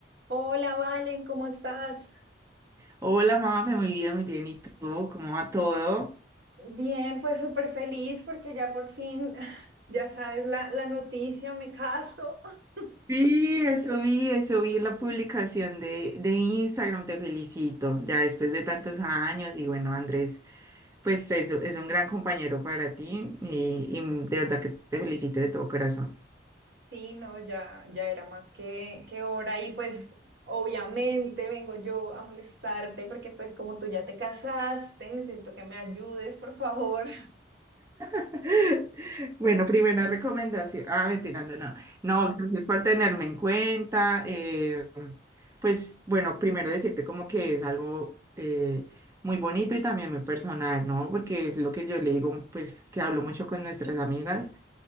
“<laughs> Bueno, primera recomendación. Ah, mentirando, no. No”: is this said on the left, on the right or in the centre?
Right